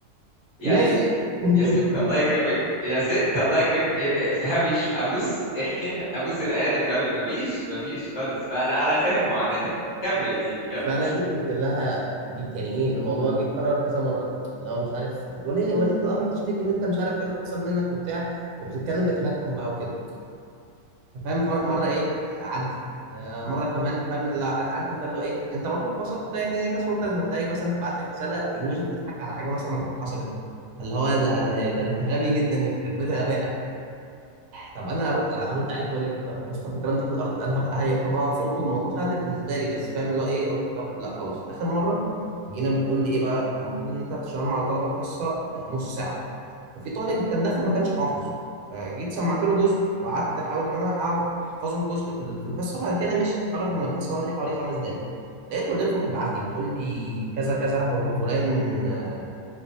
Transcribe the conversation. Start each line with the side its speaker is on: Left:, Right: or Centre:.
Left: يعني
Right: ماشي <laughs>
Left: يا ست الله يكرمك يا ست الله يكرمك ا- ا- افهمي ش- ابوس <laughs> ابوس الايادي افهمي مفيش مفيش خالص فانا انا فاهم معاناتك كمل يا سيدي كمل
Right: فانا جيت قلت لها جيت يعني ايه الموضوع جه اتكرر كذا مره لو مش عارف ولي ولية الامر بتشتكي ان انت مش عارف ايه اللي حصل منك وبتاع وبتتكلم بتهكم بقى وكده فاهم فر- مره ايه عدي آه، مره كمان فاهم اللي هو عارف عارف انت اللي هو ايه انت برضه في وسط يعني ناس ملتزمه تلاقي مثلا تبعت لك رساله ايموجي بتضحك على حاجه مثلا حصلت اللي هو ده ده, ده انت غبي جدا يخرب بيت غبائك طب انا أرد, ارد عليك اقول لك كده طب مسخر بكرامتك الارض انا هبقى هي- هبقى مبسوط والموضوع سهل بالنسبه لي بس فاهم اللي هو ايه قلت طب لا خلاص اخر مره جينا بتقول لي ايه بقى المفروض ان انت بتشتغل مع طلبه الحصه آه، نص ساعه ففي طالب كان داخل ما كانش حافظ فجيت سمعت له جزء وقعدت احاول ان انا اقعد احفظه جزء في ال- في الحصه بعد كده مشي خرج من الحصه بدري حوالي خمس دقائق لقيت والدته بتبعت لي بتقول لي كذا كذا هو فلان آه،